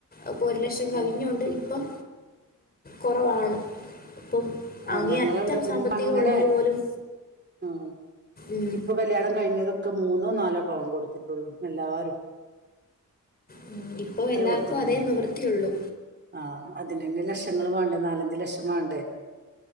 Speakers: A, on the left; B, on the right.
A: അപ്പോ ഒരു ലക്ഷം കവിഞ്ഞൊണ്ട്
B: ആ
A: ഇപ്പം കൊറവാണ് പ്പം
B: ആ
A: അങ്ങേ
B: ഞങ്ങളവിടെ
A: അറ്റം സാമ്പത്തികള്ളോര്
B: പിന്നെ ഇപ്പൊ അങ്ങനെ
A: പോലും
B: ആ
A: ഉം,
B: ഇപ്പൊ കല്യാണം കഴിഞ്ഞതൊക്കെ മൂന് ന്നോ നാലോ പവൻ കൊടുത്തിട്ടുള്ളൂ എല്ലാരും
A: ഉം, ഇപ്പോൾ
B: അത്രേ
A: എല്ലാവർക്കും
B: കൊടുത്തിട്ടുള്ളു
A: അതേ നിവൃത്തിയുള്ളൂ
B: ആ അതിനന്നെ ലക്ഷ ങ്ങള് വേണ്ടെ നാലഞ്ചു ലക്ഷം വാണ്ടേ